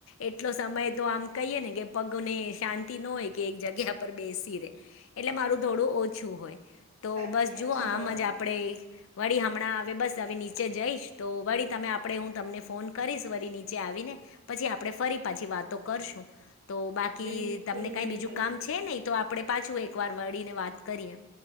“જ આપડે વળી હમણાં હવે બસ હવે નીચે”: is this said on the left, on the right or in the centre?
Left